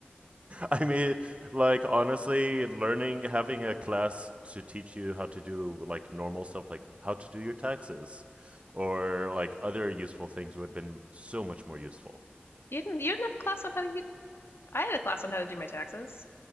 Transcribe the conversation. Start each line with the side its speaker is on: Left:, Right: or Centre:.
Right: I mean, like honestly, learning having a class to teach you how to do like normal stuff, like how to do your taxes, or like other useful things would have been so much more useful.
Left: You didn't you didn't have a class on how to use, I had a class on how to do my taxes,